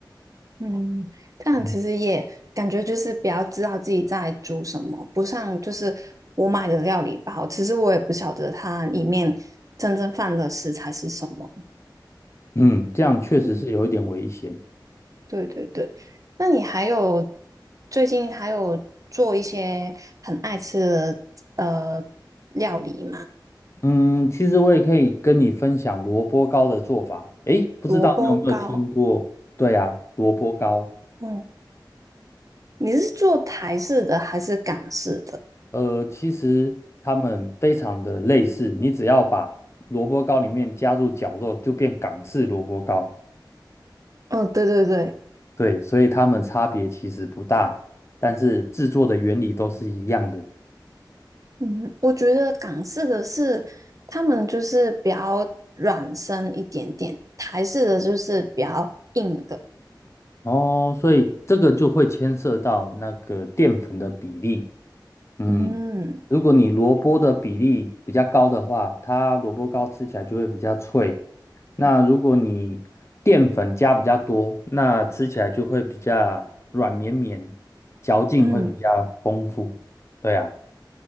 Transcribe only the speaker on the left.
嗯，
嗯这样确实是有一点危险。
嗯，其实我也可以跟你分享萝卜糕的做法。诶，不知道你有没有听过？
对呀，萝卜糕。
呃，其实它们非常的类似，你只要把萝卜糕里面加入绞肉，就变港式萝卜糕。
对，所以它们差别其实不大，但是制作的原理都是一样的。
哦，所以这个就会牵涉到那个淀粉的比例。嗯，
如果你萝卜的比例比较高的话，它萝卜糕吃起来就会比较脆。那如果你淀粉加比较多，那吃起来就会比较软绵绵，嚼劲会比较丰富。
对啊。